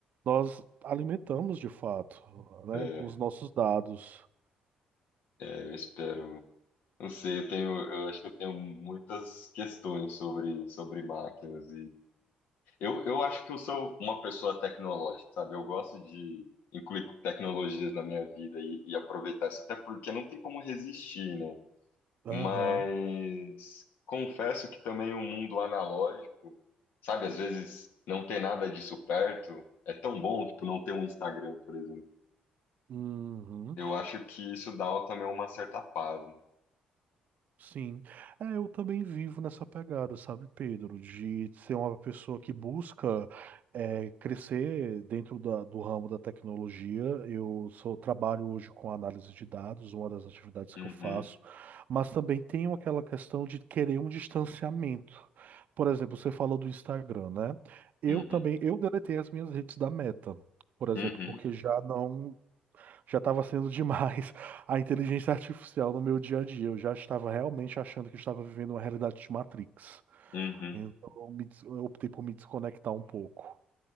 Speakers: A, on the right (about 60°); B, on the left (about 80°).
A: nós alimentamos de fato, né,
B: É,
A: com os nossos dados.
B: é, eu espero. Não sei, eu tenho, eu acho que eu tenho muitas questões sobre, sobre máquinas Eu, eu acho que eu sou uma pessoa tecnológica, sabe? Eu gosto de incluir tecnologias na minha vida e, e aproveitar isso, até porque não tem como resistir, né?
A: Aham.
B: Mas confesso que também o mundo analógico, sabe? Às vezes não ter nada disso perto é tão bom, tipo, não ter um Instagram, por exemplo.
A: Uhum.
B: Eu acho que isso dá também uma certa paz, né?
A: Sim, é, eu também vivo nessa pegada, sabe, Pedro, de ser uma pessoa que busca é, crescer dentro da- do ramo da tecnologia. Eu sou, trabalho hoje com análise de dados, uma das atividades
B: Uhum,
A: que eu faço, mas também tenho aquela questão de querer um distanciamento. Por exemplo, você falou do Instagram, né? Eu
B: uhum,
A: também, eu deletei as minhas redes da Meta, por exemplo,
B: uhum,
A: porque já não já estava sendo demais <laughs> a inteligência artificial no meu dia a dia. Eu já estava realmente achando que estava vivendo uma realidade de Matrix.
B: uhum.
A: Então, eu me des- eu optei por me desconectar um pouco.